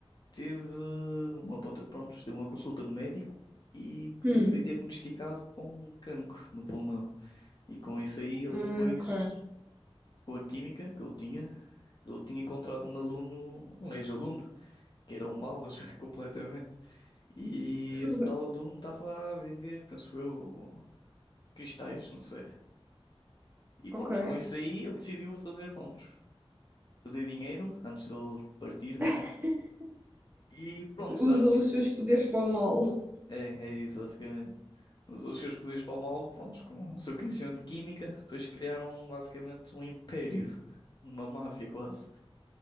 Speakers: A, on the left; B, on the right.
A: teve uma, aponta- pronto, teve uma consulta no médico e
B: Hum,
A: que foi diagnosticado com um cancro no pulmão. E com isso aí ele
B: ok.
A: depois, com a química que ele tinha, ele tinha encontrado um aluno, um ex-aluno, que era um balas <laughs> completamente. E
B: Fu-
A: esse tal aluno estava a vender, penso eu, cristais, não sei. E
B: Ok.
A: pronto, com isso aí ele decidiu fazer, pronto, fazer dinheiro antes dele partir, né?
B: <laughs>
A: E pronto,
B: Usou
A: dar tipo
B: os seus poderes para o mal.
A: É, é isso, basicamente. Usou os seus poderes para o mal, prontos, com o seu conhecimento de química, depois criaram basicamente um império, uma máfia quase,